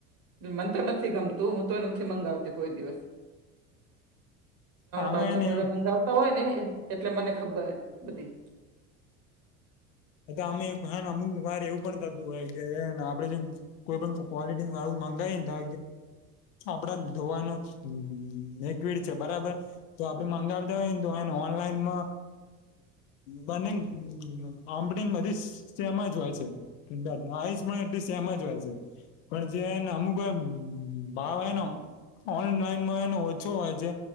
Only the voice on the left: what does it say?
આમે
એને
એવું
એ તો અમે હે અમુક વાર એવું પણ થતું હોય કેને આપડે જેમ કોઈ પણ ક્વોલિટી વાળું મંગાવી ને તો આપડા ધોવાનું લિક્વિડ છે બરાબર. તો આપડે મંગાવ દઈએ ને તો એને ઓનલાઈન હ બને આમડી બધી સેમ જ હોય છે આઈસ પણ એટલી સેમ જ હોય છે. પણ જેને અમુકવાર ભાવ એનો ઓનલાઈનમાં એનો ઓછો હોય છે